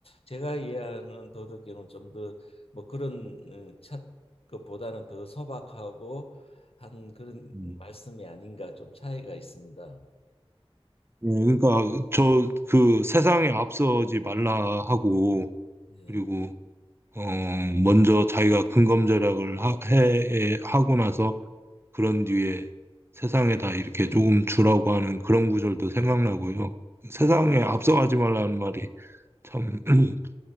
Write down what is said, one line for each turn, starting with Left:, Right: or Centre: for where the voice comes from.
Left: 제가 이해하는 도덕경은 좀 더 뭐 그런 어, 첫 것보다는 더 소박하고 한 그런
Right: 음.
Left: 말씀이 아닌가 좀 차이가 있습니다.
Right: 예, 그러니까 저 그 세상에 앞서지 말라 하고
Left: 네.
Right: 그리고 어 먼저 자기가 근검절약을 하, 해 하고 나서 그런 뒤에 세상에다 이렇게 조금 주라고 하는 그런 구절도 생각나고요. 세상에 앞서가지 말라는 말이 참 <clears throat>